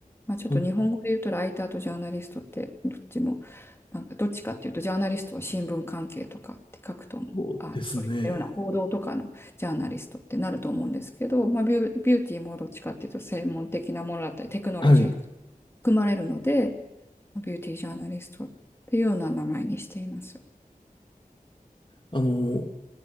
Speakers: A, on the left; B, on the left.
A: まあ、ちょっと日本語で言うとライターとジャーナリストって、
B: あの、
A: どっちも、なんかどっちかっていうと、ジャーナリストは新聞関係とかって書くと思う、
B: そうですね。
A: あ、そういったような報道とかのジャーナリストってなると思うんですけど、まあ、ビュー、ビューティーもどっちかっていうと専門的なものだったりテクノロジーが
B: はい。
A: 含まれるので、ビューティージャーナリストっていうような名前にしています。
B: あの、